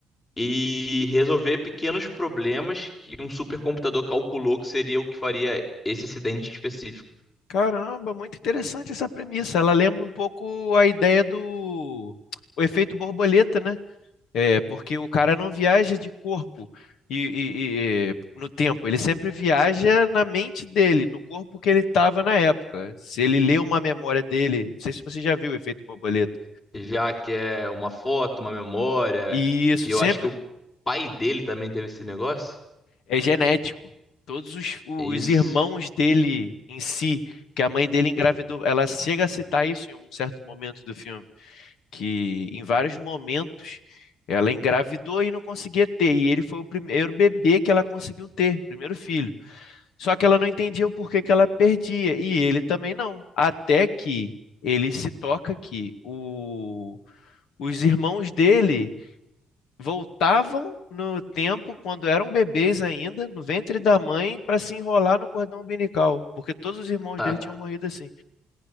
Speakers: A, on the left; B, on the left.
A: e resolver pequenos problemas que um supercomputador calculou que seria o que faria esse acidente específico.
B: caramba, muito interessante essa premissa. Ela lembra um pouco a ideia do o efeito borboleta, né? É, porque o cara não viaja de corpo e, e- e- no tempo, ele sempre viaja na mente dele, no corpo que ele estava na época. Se ele lê uma memória dele, não sei se você já viu o efeito borboleta.
A: Já que é uma foto, uma memória,
B: E isso
A: e
B: sempre
A: eu acho que o pai dele também teve esse negócio.
B: é genético. Todos os, os
A: É Isso.
B: irmãos dele em si, que a mãe dele engravidou, ela chega a citar isso em um certo momento do filme, que em vários momentos ela engravidou e não conseguia ter, e ele foi o primeiro bebê que ela conseguiu ter, primeiro filho. Só que ela não entendia o porquê que ela perdia, e ele também não. Até que ele se toca que o- os irmãos dele voltavam no tempo, quando eram bebês ainda, no ventre da mãe, para se enrolar no cordão umbilical, porque todos os irmãos
A: Ah,
B: dele tinham morrido assim.